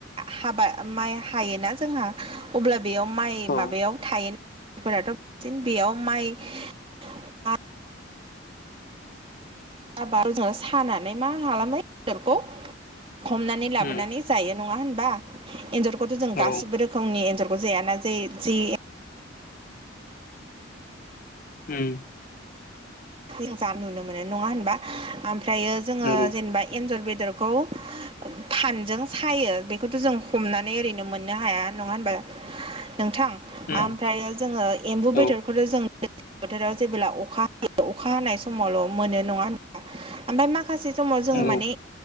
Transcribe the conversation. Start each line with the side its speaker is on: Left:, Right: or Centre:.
Right: हाबा माइ हायोना जोंहा अब्ला बेयाव माइ
Left: औ
Right: माबायाव थायो फोराथ' बांसिन बेयाव माइ <unintelligible> साबा सानानै मा खालामबाय बेदरखो हमनानै लाबोनानै
Left: उम
Right: जायो नङा होनबा एनजरखौथ' जों
Left: औ
Right: गासिबो रोखोमनि एनजरखौ जाया ना जे जि
Left: उम
Right: जों जा नुनो मोनो नङा होनबा ओमफ्रायो जोङो
Left: नंगौ
Right: जेनेबा एन्जर बेदरखौ फानजों सायो बेखौथ' जों हमनानै ओरैनो मोननो हाया नङा होनबा नोंथां
Left: उम
Right: ओमफ्रायो जोङो एम्बु बेदरखौथ'
Left: औ
Right: जों दैज्लां <unintelligible> बोथोराव जेबोब्ला अखा होयो <unintelligible> अखा हानाय समावल' मोनो नङा होनबा ओमफ्राय माखासे समाव जोङो
Left: नंगौ
Right: माने